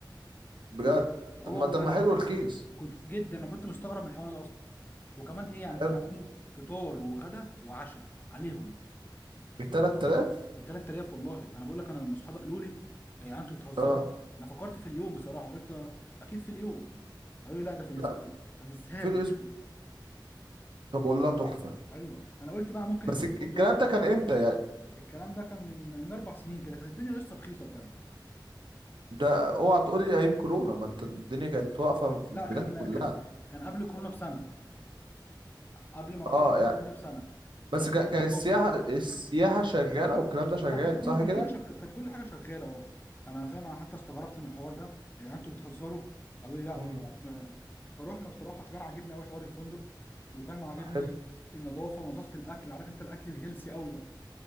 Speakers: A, on the right; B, on the left.
A: بجد
B: و... اه
A: طب
B: والله
A: ما طب ما
B: انا
A: حلو رخيص
B: كنت جدا انا كنت مستغرب من الحوار ده اصلا وكمان ايه يعني
A: حلو
B: كنا عاملينه فطار وغدا وعشاء عليهم
A: ب 3000
B: ب 3000 والله انا بقول لك انا لما اصحابي قالوا لي "إيه يا جدعان انتوا بتهزروا
A: اه
B: انا فكرت في اليوم بصراحه قلت اكيد في اليوم قالوا لي لا ده في الاسبوع
A: لا
B: طب ازاي
A: في
B: يا جدعان
A: الاسبوع طب والله تحفه
B: ايوه انا قلت بقى ممكن
A: بس
B: يكون الفندق
A: الك- الكلام
B: بقى مش
A: ده كان
B: احسن
A: امتى يعني
B: الكلام ده كان من من اربع سنين كده كانت الدنيا لسه رخيصه بجد
A: ده اوعى تقول لي ايام كورونا ما انت الدنيا كانت واقفه في
B: لا
A: البلاد
B: كان
A: كلها
B: كان كان قبل كورونا بسنه قبل مرحله
A: اه
B: كورونا
A: يعني
B: دي بسنه كان
A: بس
B: 2019
A: كا- كان السياحه
B: كده
A: السياحه شغاله والكلام ده شغال
B: لا كان كله
A: صح
B: كان
A: كده
B: كل شغ... كانت كل حاجه شغاله اه انا فاهم انا حتى استغربت من الحوار ده يعني انتوا بتهزروا قالوا لي لا والله
A: امم
B: احنا فروحنا بصراحه فكان عاجبني قوي حوار الفندق وكان عاجبني
A: حلو
B: النظافه ونظافه الاكل عارف انت الاكل الهيلسي قوي بقى